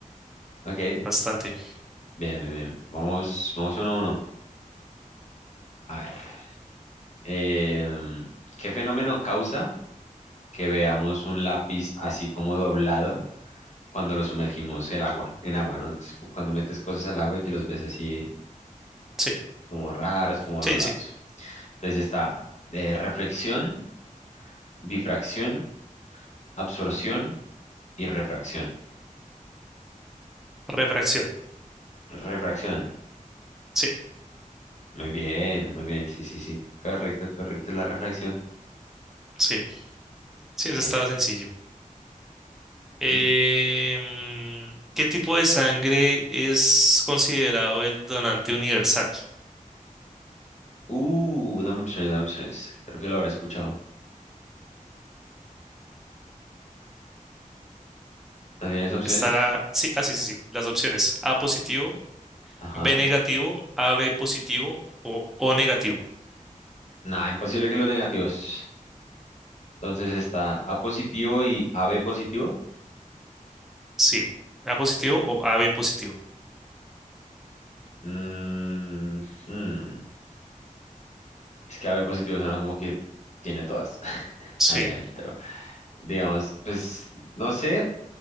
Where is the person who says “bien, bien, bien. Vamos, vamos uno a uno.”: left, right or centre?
Left